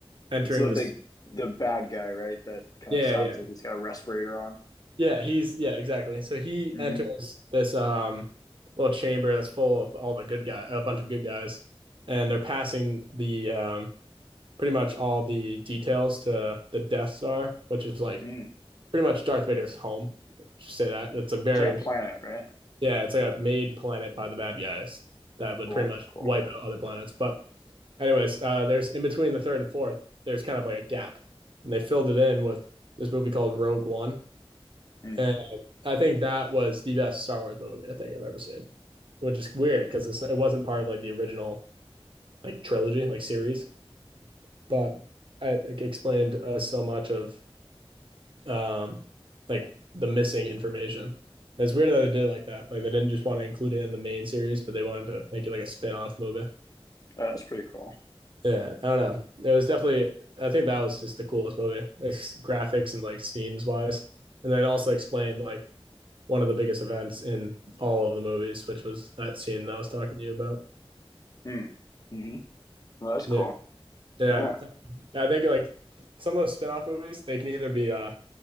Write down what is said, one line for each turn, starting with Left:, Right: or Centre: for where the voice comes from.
Right: entering
Left: it's the
Right: this.
Left: big the bad guy, right? That kind
Right: Yeah,
Left: of sounds
Right: yeah,
Left: like he's got a respirator on.
Right: yeah. He's yeah, exactly. So he
Left: Mm-hmm.
Right: enters this um little chamber that's full of all the good guy, a bunch of good guys, and they're passing the um pretty much all the details to the Death Star, which is like
Left: Mm.
Right: pretty much Darth Vader's home. Just say that it's a very
Left: It's like a planet, right?
Right: Yeah, it's like a made planet by the bad guys that would
Left: Cool,
Right: pretty much
Left: cool.
Right: wipe out other planets. But anyways, uh, there's in between the third and fourth, there's kind of like a gap, and they filled it in with this movie called Rogue One,
Left: Mm.
Right: and I think that was the best Star Wars movie I think I've ever seen, which is weird because it wasn't part of like the original like trilogy like series, but I like, explained uh, so much of um like the missing information. And it's weird that they did it like that. Like they didn't just want to include it in the main series, but they wanted to make it like a spin-off movie.
Left: Uh, that's pretty cool.
Right: Yeah, I don't know. It was definitely I think that was just the coolest movie, like graphics and like scenes wise. And then also explained like one of the biggest events in all of the movies, which was that scene that I was talking to you about.
Left: Mm. Mm-hmm. Well, that's
Right: Yeah.
Left: cool.
Right: Yeah.
Left: Yeah,
Right: I think like some of those spin-off movies, they can either be uh